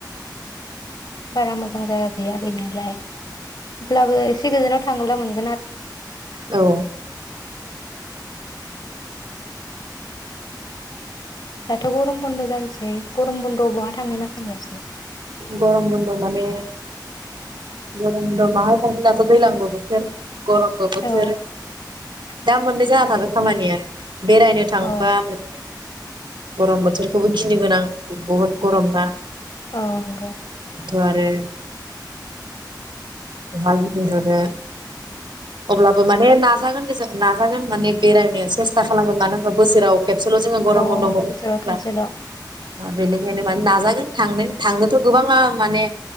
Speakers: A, on the left (about 65°); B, on the right (about 80°).
A: बारा मोजां जायगा गैया गैनायालाय अब्लाबो एसे गोजानाव थांला मोन
B: औ
A: दाथ' गरम बन्द' जानोसै गरम बन्द'आव बहा थांनो होनना सानगासिनो
B: गरम बन्द माने गरम बन्द मा होनना <inaudible> थानो दाथ' दैज्लांबो बोथोर गरमबो बोथोर
A: औ
B: दा मोननै जाना थाबाय खामानिया बेरायनो थांबा
A: औ
B: माने गरम बोथोरखौबो गिनो गोनां बुहुत गरम ना
A: औ नंगौ
B: थ' आरो बहा गिदिंनो थांनो अब्लाबो माने नाजागोन दे जों नाजागोन। माने बेरायनो सेसता खालामगोन माने बोसोराव खेबसेल' जोङो गरमबन्द
A: औ
B: मोनो
A: बोसोराव
B: नङा होनबा
A: खनसेल'
B: बेनिखायनो माने नाजागोन थांनो थांनोथ' गोबाङा माने